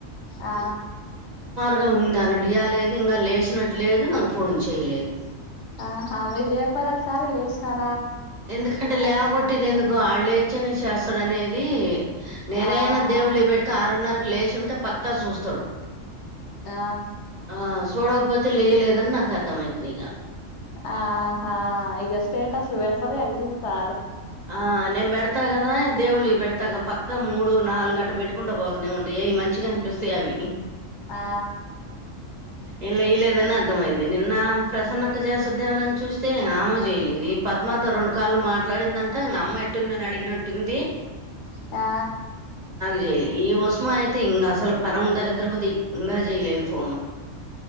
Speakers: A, on the left; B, on the right.
A: ఆ
B: ఇ ఉంది అని అడిగాలేదు ఇంకా లేచినట్లేదు నాకు ఫోన్ చేయలేదు.
A: ఆ మీరు చేయకపోయారా ఒకసారి లేచినాక
B: ఎందుకంటే లేవ కొట్టిది ఎందుకు ఆళ్లే అ చేస్తాడునేది నేనైనా
A: ఆహా
B: దేవుళ్ళి పెడితే ఆరున్నర లేచుంటే పక్కా చూస్తాడు.
A: ఆ
B: ఆ చూడకపోతే లేయలేదని అర్థమవుతది
A: ఆహా? ఇక స్టేటస్లు పెడతారు గవి చూస్తా.
B: ఆ నే పెడతాగదా దేవుళ్ళ వి. పెడతాగా పక్క మూడు నాలుగు అట పెట్టుకుంటా పోతనే ఉంటాయి అవి మంచిగా అనిపిస్తాయి అవి.
A: ఆ
B: ఇలా ఇ లేదని అర్థమయింది నిన్న నా ప్రసన్న ఇ చేసద్దేమని చూస్తే ఆమె చేయలేదు. ఈ పద్మావతి రెండు కాళ్లు మాట్లాడిందంట. ఇంగ అమ్మా ఎట్లుందని అడిగినట్టుంది.
A: ఆ
B: చేయ ఈ ఉసుమా అయితే ఇం అసలు పరం దరిద్రం ది ఇంకా